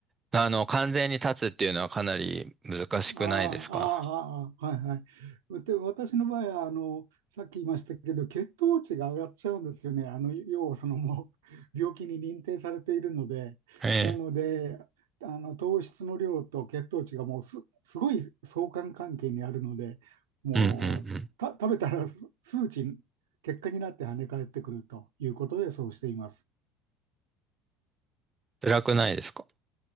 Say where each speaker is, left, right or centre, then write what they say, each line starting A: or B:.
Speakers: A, on the right; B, on the right.
A: あの、完全に断つっていうのはかなり難しくないですか
B: ああ、ああ、ああはいはい。で、私の場合は、あの、さっき言いましたけど、血糖値が上がっちゃうんですよね。あの、要はそのもう、病気に認定されているので、
A: ええ。
B: なので、あの、糖質の量と血糖値がもうす、すごい相関関係にあるので、もう、
A: うんうん
B: た、食べたら数値、結果になって跳ね返ってくるということで、そうしています。
A: 辛くないですか